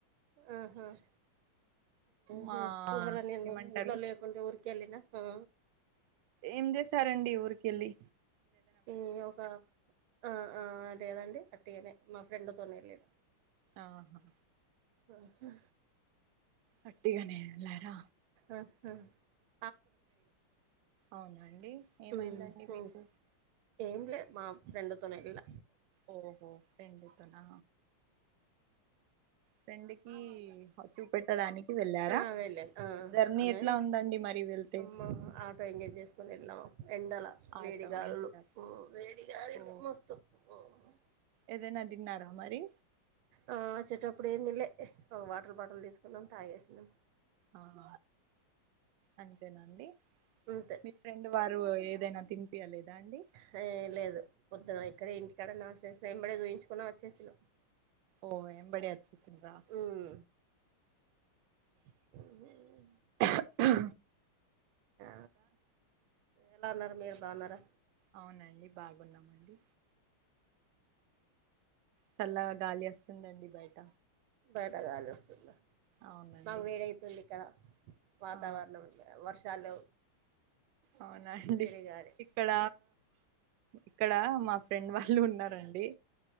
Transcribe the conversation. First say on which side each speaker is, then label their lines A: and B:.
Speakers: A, on the right; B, on the right.
A: ఆహామ్
B: మా
A: హు ఇవాల నేను
B: ఏమంటారు
A: ఊర్ల లేకుండే ఊర్కి కేళ్ళిన ఆ
B: ఏం చేశారండి ఊరికేళ్లి
A: మ్ ఒక ఆ ఆ లేదండి వట్టిగనే మా ఫ్రెండ్ తోనేళ్లిన
B: ఆహా
A: ఆ ఓహొ
B: వట్టిగానే ఏళ్ళరా
A: ఆహహ
B: అవునండి ఏమైందండి
A: మ్మ్ హ్మ్
B: మీకు
A: ఏం లే మా ఫ్రెండ్ తో నెళ్ళ
B: ఓహో ఫ్రెండుతోనా ఫ్రెండ్ కి చూపెట్టడానికి వెళ్ళారా
A: ఆ వెళ్ళాను ఆ
B: జర్నీ
A: ఆమె
B: ఎట్లా ఉందండి మరి వెళ్తే
A: అమ్మ ఆటో ఎంగేజ్ చేసుకొని ఎల్లం ఎండల
B: ఆటో
A: వేడిగాలులు
B: ఏం కాదు.
A: మ్ వేడిగాలులు
B: ఓ
A: మస్తు మ్
B: ఏదైనా తిన్నారా మరి?
A: ఆ ఆచ్చేటప్పుడు ఏం తినలే ఓ వాటర్ బాటిల్ తీసుకున్నాం తాగేసినం.
B: ఆహ అంతేనండి
A: అంతే
B: మీ ఫ్రెండ్ వారు ఏదైనా తినిపియ లేదా అండి?
A: హే లేదు పొద్దున ఇక్కడే ఇంటికాడ నాస్టా చేసిన ఎమ్మటే చూయించుకొని వచ్చేసిన
B: ఓ ఎంబ్డే వచ్చేసిండ్రా
A: ఉమ్ ఉఉఉ
B: అహ
A: ఆ ఎలా ఉన్నారు మీరు బావున్నారా?
B: అవునండి బాగున్నామండి చల్లగా గాలి వస్తుందండి బయట
A: బయట గాలి వస్తుందా,
B: అవునండి
A: మాకు వేడి అయితుంది ఇక్కడ వాతావరణం
B: ఆ
A: ఇక్కడ వర్షాలు
B: అవునా అండి
A: వేడిగాలి
B: ఇక్కడ
A: ఆ
B: ఇక్కడ మా ఫ్రెండ్ వాళ్ళు ఉన్నారండి